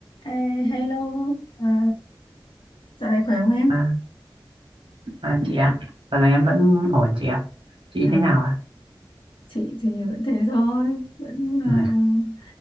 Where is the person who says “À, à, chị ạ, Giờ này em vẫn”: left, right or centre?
Right